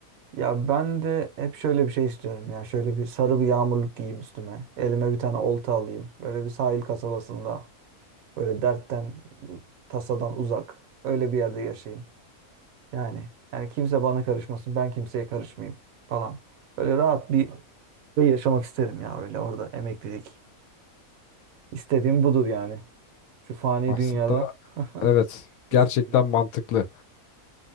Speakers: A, on the right (about 70°); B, on the left (about 75°).
A: ya ben de hep şöyle bir şey istiyorum ya. Şöyle bir sarı bir yağmurluk giyeyim üstüme. Elime bir tane olta alayım. Böyle bir sahil kasabasında. Böyle dertten, tasadan uzak. Öyle bir yerde yaşayayım. Yani yani kimse bana karışmasın. Ben kimseye karışmayayım falan. Böyle rahat bir şey yaşamak isterim ya öyle orada emeklilik. İstediğim budur yani. Şu fani
B: Aslında
A: dünyada
B: evet
A: <laughs>
B: gerçekten
A: isteyeceğim.
B: mantıklı.